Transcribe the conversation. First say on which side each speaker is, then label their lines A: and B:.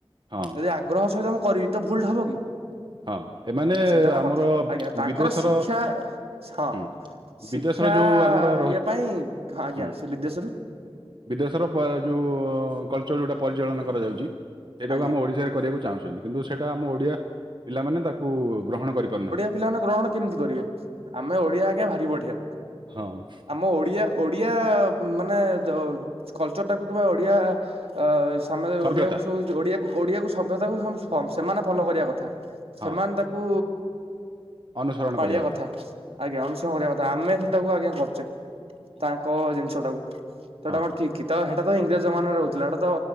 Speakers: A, on the right; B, on the right.
A: ହଁ।
B: ଯଦି ଆଗ୍ରହ ସହିତ ମୁଁ କରିବି, ତ ଭଲଟା ହବ କି?
A: ହଁ ଏମାନେ
B: ସେଇଟା ହେଲା
A: ଆମର
B: କଥା ଆଜ୍ଞା ତାଙ୍କର
A: ବିଦେଶର
B: ଶିକ୍ଷା ହଁ।
A: ହୁଁ
B: ଶିକ୍ଷା
A: ବିଦେଶର ଯୋଉ ଆମର ରହୁଛି
B: ଇଏ ପାଇଁ କାହା ଆଜ୍ଞା
A: ହୁଁ
B: ସେ ବିଦେଶରୁ
A: ବିଦେଶର ଯଉ କଲଚର ଯଉଟା ପରିଚାଳନା କରାଯାଉଛି ସେଟାକୁ
B: ଆଜ୍ଞା
A: ଆମ ଓଡ଼ିଶାରେ କରିବାକୁ ଚାହୁଁଛନ୍ତି କିନ୍ତୁ ସେଇଟା ଆମ ଓଡ଼ିଆ ପିଲାମାନେ ତାକୁ ଗ୍ରହଣ କରିପାରୁନାହାନ୍ତି।
B: ପିଲାମାନେେ ଗ୍ରହଣ କେମିତି କରିବେ ଆମେ ଓଡିଆ ଆଜ୍ଞା ଭାରି ବଢିଆ।
A: ହଁ।
B: ଆମ ଓଡ଼ିଆ ଓଡ଼ିଆ ମାନେ କଲଚର ଟାକୁ କିମ୍ବା ଓଡ଼ିଆ ଅ ସା
A: ସଭ୍ୟତା
B: ଓଡିଆକୁ ସବୁ ଓ ଓଡିଆକୁ ସଭ୍ୟତାକୁ ସେମାନେ ଫଲୋ କରିବା କଥା। ସେମାନେ
A: ହଁ
B: ତାକୁ
A: ଅନୁସରଣ
B: ପାଳିଆ
A: କରିବା
B: କଥା। ଆଜ୍ଞା ଅନୁସରଣ କରିବା କଥା ଆମେ ସେଟାକୁ ଆଜ୍ଞା କରୁଛେ ତାଙ୍କ ଜିନିଷ ଟାକୁ। ସେଟା
A: ହଁ
B: କଣ ଠିକ କି ତ ସେଇଟା ତ ଇଂରେଜ ଜମାନରେ ହଉଥିଲା ଏଟା ତ